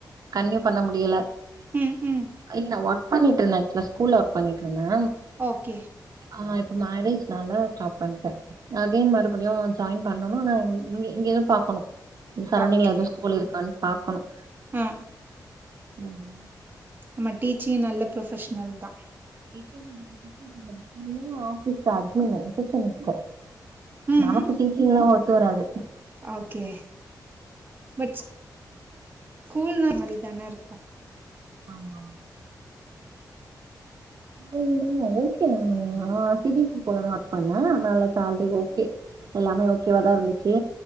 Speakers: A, on the right (about 55°); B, on the right (about 25°).
A: கன்னியூ பண்ண முடியல
B: ம் ம்
A: இல் ஒர்க் பண்ணிட்டு இருந்த ஆக்சுவலா ஸ்கூல் ஒர்க் பண்ணிட்டு ந்தா
B: ஓகே
A: ஆ இப் ப்போ மேரேஜ் நால ஸ்டாப் பண்ணிட்டே அகைன் மறுபடியு ஜாயின் பண்ணணு உனா இங்கே இங்கேதா பாக்கணு சரௌண்டிங்ல
B: ஓகே
A: எதுவு ஸ்கூல் இருக்கான்னு பாக்கணும்
B: ஆ
A: ம்
B: ஆமா டீச்சிங் நல்ல ப்ரொபஷ்னல் தா
A: <inaudible> ஆபீஸ் அட்மின் ரிசப்ஷனிஸ்டு
B: ம்
A: நமக்கு
B: ம்
A: டீச்சிங்லா ஒத்து வராது
B: ஓகே பட் ஸ்கூல் னா அந்தமாரி தானே இருக்கு
A: ஆமாம் <unintelligible> ஓகே நானு ஆஹ் சி பி எஸ் சி ஸ்கூல்லதா ஒர்க் பண்ண நல்ல சால்ரி ஓகே எல்லாமே ஓகேவாதா இருந்துச்சு